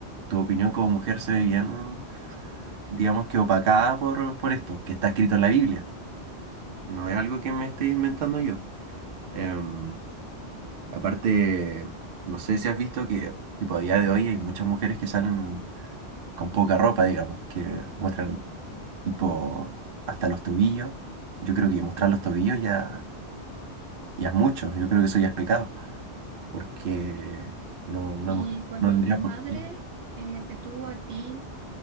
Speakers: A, on the right; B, on the right.
A: tu opinión como mujer se ve bien, digamos que opacada por, por esto, que está escrito en la Biblia. No es algo que me esté inventando yo. Em, aparte, no sé si has visto que tipo, a día de hoy hay muchas mujeres que salen con poca ropa, digamos, que muestran tipo hasta los tobillos. Yo creo que mostrar los tobillos ya, ya es mucho, yo creo que eso ya es pecado, porque no, una
B: Y
A: mujer
B: cuando
A: no tendría
B: tu madre
A: por qué.
B: eh, te tuvo a ti,